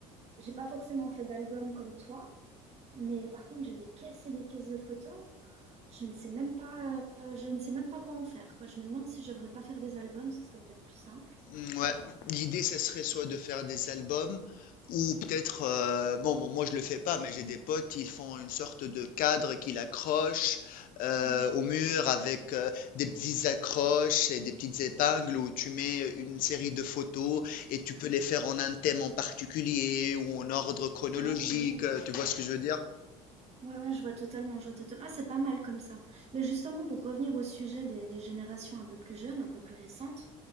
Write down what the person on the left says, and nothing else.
Mm, Ouais, l'idée, ce serait soit de faire des albums ou peut-être, euh, bon, bon, moi je le fais pas, mais j'ai des potes, ils font une sorte de cadre qu'ils accrochent euh,
au mur avec euh, des petites accroches et des petites épingles où tu mets une série de photos et tu peux les faire en un thème en particulier ou en ordre chronologique,
euh, tu vois ce que je veux dire?